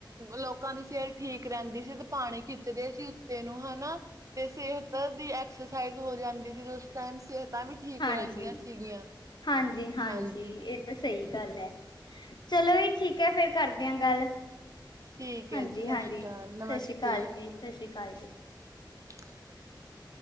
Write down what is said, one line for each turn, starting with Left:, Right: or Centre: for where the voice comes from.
Right: ਲੋਕਾਂ ਦੀ ਸਿਹਤ ਠੀਕ ਰਹਿੰਦੀ ਸੀ ਤੇ ਪਾਣੀ ਖਿੱਚਦੇ ਸੀ ਉੱਤੇ ਨੂੰ ਹਨਾ। ਤੇ ਸਿਹਤ ਦੀ ਐਕਸਰਸਾਈਜ਼ ਹੋ ਜਾਂਦੀ ਸੀ ਤੇ ਉਸ ਟਾਈਮ ਸਿਹਤਾਂ ਵਿ ਠੀਕ
Left: ਹਾਂਜੀ
Right: ਰਹਿੰਦੀਆਂ ਸੀਗੀਆ,
Left: ਹਾਂਜੀ
Right: ਹਾਂਜੀ।
Left: ਇਹ ਸਹੀ ਗੱਲ ਐ, ਚਲੋ ਵੀ ਠੀਕ ਐ ਫੇਰ ਕਰਦੇ ਆ ਗੱਲ।
Right: ਠੀਕ
Left: ਹਾਂਜੀ-ਹਾਂਜੀ,
Right: ਹੈ ਜੀ ਸਤਿ ਸ਼੍ਰੀ ਅਕਾਲ
Left: ਸਤਿ
Right: ਨਮਸਤੇ
Left: ਸ੍ਰੀ ਅਕਾਲ ਜੀ, ਸਤਿ ਸ੍ਰੀ ਅਕਾਲ ਜੀ।
Right: <unintelligible>